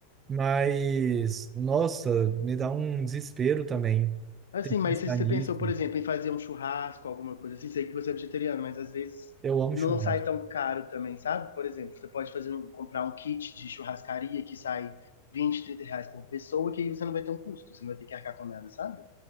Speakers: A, on the right; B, on the left.
A: Mas, nossa, me dá um desespero também.
B: Assim,
A: Tem que
B: mas
A: pensar
B: se você
A: nisso.
B: pensou, por exemplo, em fazer um churrasco, alguma coisa assim, sei que você é vegetariano, mas às vezes
A: Eu amo
B: não
A: churrasco.
B: sai tão caro também, sabe? Por exemplo, você pode fazer um- comprar um kit de churrascaria que sai 20 30 reais por pessoa, que aí você não vai ter um custo, você não vai ter que arcar com nada, sabe?